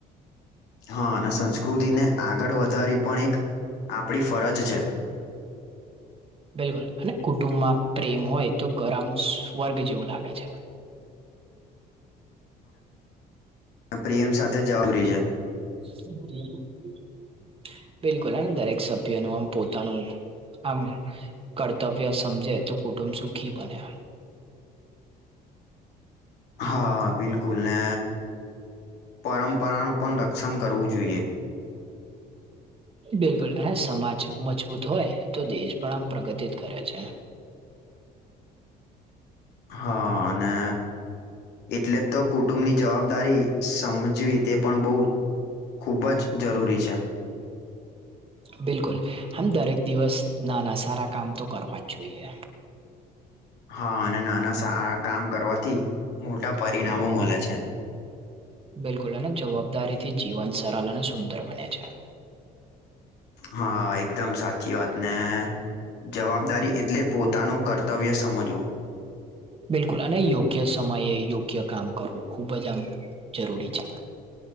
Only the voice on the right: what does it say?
બિલકુલ, અને કુટુંબમાં પ્રેમ હોય તો ગરમ સ્વર્ગ જેવું લાગે છે.
<unintelligible> બિલકુલ, દરેક સભ્ય નું આમ પોતાનું આમ કર્તવ્ય સમજે તો કુટુંબ સુખી બને.
બિલકુલ, અને સમાજ મજબૂત હોય તો, દેશ પણ આમ પ્રગતિ જ કરે છે.
બિલકુલ, આમ દરેક દિવસ નાના સારા કામ તો કરવા જ જોઈએ.
બિલકુલ, અને જવાબદારી થી જીવન સરલ અને સુંદર બને છે.
બિલકુલ, અને યોગ્ય સમયે યોગ્ય કામ કરવું ખુબ જ આમ જરૂરી છે.